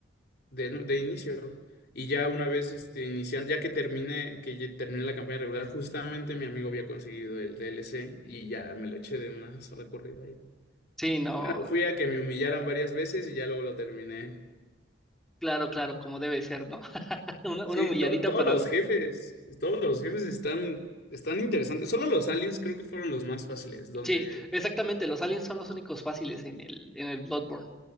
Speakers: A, on the left; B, in the centre.
A: de, nu- de inicio. Y ya una vez este, iniciando, ya que terminé, que ya terminé la campaña regular, justamente mi amigo había conseguido el DLC y ya me lo eché de una sola corrida ahí.
B: Sí, no,
A: Bueno, fui a que me humillaran varias veces y ya luego lo terminé.
B: claro, claro, como debe ser, ¿no? <laughs> Una,
A: Sí,
B: una humilladita
A: to- todos
B: para
A: los jefes, todos los jefes están, están interesantes. Solo los aliens creo que fueron los más fáciles, donde...
B: Sí, exactamente. Los aliens son los únicos fáciles en el, en el Bloodborne.